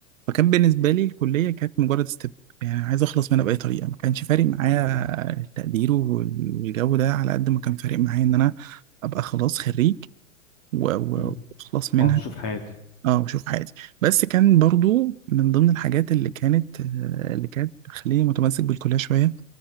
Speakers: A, on the right; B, on the left.
A: فكان بالنسبة لي الكلية كانت مجرد ستيب يعني عايز أخلص منها بأي طريقة ما كانش فارق معايا التقدير وال- والجو ده على قد ما كان فارق معايا إن أنا أبقى خلاص خريج و- و-
B: مم.
A: وأخلص منها
B: اه شوف حياتي
A: أه وأشوف حياتي بس كان برضو من ضمن الحاجات اللي كانت آه، اللي كانت بتخليني متمسك بالكلية شوية